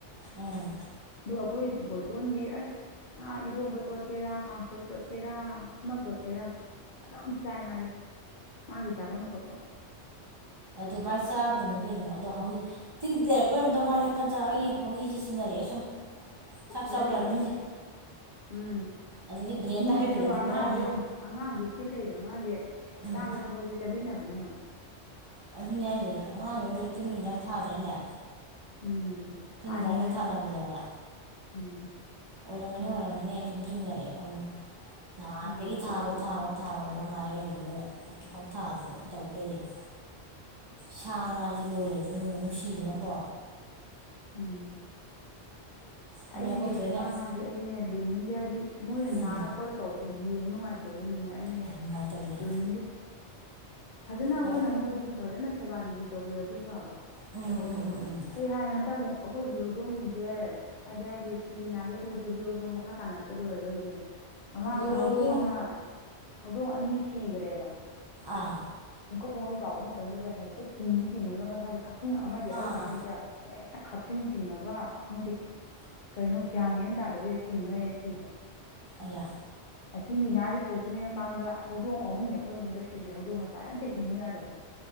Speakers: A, on the right; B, on the left.
A: ꯎꯝ
B: ꯑꯣ ꯑꯩꯈꯣꯏ ꯕꯣꯢꯇꯣꯟꯗꯤ ꯑꯁ ꯏꯔꯣꯝꯕ ꯇꯣꯠꯀꯦꯔꯥ ꯀꯥꯡꯁꯣꯏ ꯇꯣꯠꯀꯦꯔꯥ ꯑꯃ ꯇꯣꯠꯀꯦ ꯀꯦꯔꯥ ꯑꯗꯨꯝ ꯆꯥꯏ ꯃꯥꯜꯗꯤ ꯃꯥꯒꯤ ꯆꯥꯚꯝ ꯊꯣꯛꯄ
A: ꯑꯗꯨ ꯃꯥꯏ ꯆꯥꯗꯕꯅꯤ ꯀꯩꯅꯣ ꯑꯗꯣ ꯍꯥꯎꯋꯤ ꯇꯤꯟ ꯂꯩꯔꯛꯄꯩ ꯑꯣꯢꯔꯝꯗꯧ ꯃꯥꯜꯂꯦ ꯄꯟꯖ ꯑꯩ ꯍꯧꯋꯤꯁꯦ ꯆꯤꯡꯅꯔꯦ ꯀꯔꯤ ꯁꯨꯝ ꯆꯥꯛ
B: ꯑꯣꯏꯔꯝꯒꯅꯤ
A: ꯆꯥꯎ ꯌꯥꯔꯛꯇ꯭ꯔꯤꯁꯦ
B: ꯎꯝ
A: ꯑꯗꯨꯗꯤ ꯕ꯭ꯔꯦꯟꯗ
B: ꯃꯤꯗꯁꯨ
A: ꯍꯥꯏꯒꯠꯂꯗꯤ
B: ꯑꯉꯥꯡꯖꯦ
A: ꯕꯤꯔꯥꯅꯤ
B: ꯌꯦꯡꯉꯨ ꯑꯉꯥꯡꯖꯦ ꯇꯤꯜꯂꯩꯏꯕ ꯑꯉꯥꯡꯁꯦ
A: ꯎꯝ
B: ꯆꯥꯕ ꯊꯛ ꯄꯁꯦ ꯆꯥꯕꯤꯠꯅꯕꯅꯦ ꯌꯦꯡꯎ
A: ꯑꯗꯨꯅꯦ ꯍꯥꯏꯁꯦ ꯑꯉꯥꯡꯒꯩ ꯂꯣꯏ ꯇꯤꯟꯒꯤ ꯍꯤꯗꯥꯛ ꯊꯥꯗ꯭ꯔꯅꯦ
B: ꯎꯝ
A: ꯇꯤꯟ
B: ꯊꯥꯔꯤꯅꯤ
A: ꯍꯤꯗꯥꯛ ꯂꯣꯏ
B: ꯑꯉꯥꯡꯖꯨ
A: ꯊꯥꯅꯕꯅꯦꯕ
B: ꯎꯝ
A: ꯑꯣꯏꯔꯝꯒꯅꯤ ꯑꯣꯔꯝꯒꯅꯤ ꯑꯩꯥ ꯁꯨꯝ ꯆꯤꯡꯅꯔꯛꯑꯦ ꯅꯍꯥꯟꯗꯒꯤ
B: ꯃꯥꯅꯤ
A: ꯊꯥꯔꯣ
B: ꯇꯦꯟ ꯂꯩꯕꯩꯅꯤ
A: ꯊꯥꯔꯣ ꯊꯥꯔꯣꯅ ꯉꯥꯏ ꯂꯩꯔꯤꯅꯦ ꯑꯗꯨꯒ ꯍꯧꯐꯥꯎ ꯊꯥꯗꯅ ꯑꯗꯨꯝ ꯇꯧ ꯂꯩꯔꯤꯅꯤ ꯁꯥ ꯉꯥꯁꯦ ꯂꯣꯏꯔꯗꯤ ꯅꯨꯡ ꯅꯨꯡꯁꯤꯗꯅꯀꯣ
B: ꯎꯝ
A: ꯑꯗꯨꯅ
B: ꯑꯩꯗꯤ
A: ꯑꯩꯈꯣꯏ ꯊꯣꯏꯅ
B: ꯁꯥ ꯉꯥꯁꯦ ꯑꯩꯗꯤꯅꯦ ꯂꯣꯏꯅꯤꯡꯗꯦ ꯍꯥꯏꯗꯤ ꯃꯣꯏꯅ
A: ꯎꯝ
B: ꯅꯥꯔ ꯈꯣꯠꯂ ꯇꯧꯕꯗꯤ ꯌꯦꯡꯕ ꯅꯨꯡꯉꯥꯏꯇ ꯑꯗꯨ ꯑꯩꯩꯅꯦ
A: ꯅꯨꯡꯉꯥꯏꯇꯕꯅꯤ
B: ꯂꯣꯏꯅꯤꯡꯗꯦ ꯐꯖꯅ ꯑꯩꯈꯣꯏꯅ
A: ꯍꯣꯏ
B: ꯃꯣꯏꯗꯨꯕꯨ ꯐꯖꯅ ꯁꯦꯕꯥ ꯁꯦꯕꯤ ꯇꯧꯕꯤꯔꯗꯤ ꯐꯕ
A: ꯎꯝ ꯎꯝ ꯎꯝ ꯎꯝ
B: ꯑꯩ ꯍꯥꯏ ꯉꯥꯛꯇ ꯑꯃꯨꯛ ꯑꯩꯈꯣꯏ ꯍꯨꯏ ꯍꯧꯗꯣꯡꯁꯤꯡꯁꯦ ꯍꯥꯏꯗꯤ ꯍꯥꯏꯗꯤ ꯍꯥꯏꯍꯩꯗꯦ ꯁꯤꯒꯤ ꯅꯥꯒꯤꯕꯒ ꯊꯣꯛꯑꯗꯤ ꯍꯨꯏ ꯍꯧꯗꯣꯡ ꯃꯈꯥ ꯇꯥꯅ ꯑꯝꯇ ꯂꯣꯏꯔꯣꯏꯒꯦꯅ ꯃꯃꯥꯡꯗ
A: ꯂꯣꯏꯔꯒꯤꯅꯨ
B: ꯍꯧꯗꯣꯡ ꯑꯃ ꯍꯧꯗꯣꯡ ꯑꯅꯤ ꯁꯤꯒꯔꯦꯕ
A: ꯑꯥ
B: ꯄꯨꯡꯀꯞ ꯄꯨꯡꯀꯞ ꯆꯥꯎꯕ ꯃꯇꯝꯗꯨꯗ ꯍꯦꯛꯇ ꯇꯤꯡꯉ ꯇꯤꯡꯉꯒ ꯃꯁꯥꯁꯦ ꯈꯞꯆꯤꯡ ꯑꯃꯗꯤ
A: ꯑꯥ
B: ꯑꯩ ꯃꯥꯡꯁꯤꯗ ꯍꯦ ꯍꯦꯛꯇ ꯈꯞꯆꯤꯡ ꯆꯤꯡꯉꯒ ꯈꯪꯗꯦ ꯀꯩꯅꯣ ꯒ꯭ꯌꯥꯟ ꯃꯦꯟ ꯑꯃ ꯇꯥꯗꯕꯤꯗ ꯆꯤꯡꯉ ꯍꯦꯛ ꯁꯤꯕ
A: ꯑꯌꯥ
B: ꯑꯁꯤ ꯃꯤꯅꯥꯁꯤ ꯄꯨꯔꯛꯇ꯭ꯔꯤꯉꯩ ꯃꯃꯥꯡꯗ ꯍꯧꯗꯣꯡ ꯑꯍꯨꯝꯅꯦ ꯑꯩꯈꯣꯏ ꯃꯅꯨꯡꯗ ꯁꯤꯔꯤꯖꯦ ꯍꯧꯗꯣꯡ ꯃꯆꯥ ꯑꯝꯇ ꯍꯤꯡꯉꯨ ꯌꯥꯗꯕ